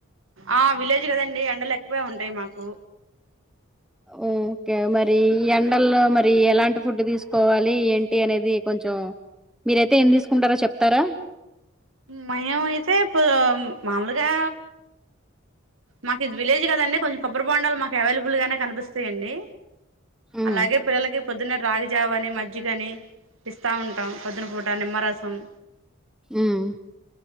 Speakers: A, on the right; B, in the centre.
A: ఆ విలేజ్ కదండి ఎండలు ఎక్కువే ఉంటాయి మాకు.
B: ఓకే మరి ఎండల్లో మరి ఎలాంటి ఫుడ్ తీసుకోవాలి ఏంటి అనేది కొంచెం మీరైతే ఏం తీసుకుంటారో చెప్తారా.
A: మాయం అయితే పో మామూలుగా. మాకు ఇది విలేజ్ కదండీ కొంచం కొబ్బరి బొండాలు మాకు అవైల్ బుల్ గానే కనిపిస్తాయిండి,
B: ఉమ్
A: అలాగే పిల్లలకి పొద్దున్న రాగీజావ అని మజ్జిక అని. ఇస్తా ఉంటాం పొద్దున పూట నిమ్మరస. అమ్
B: ఊమ్.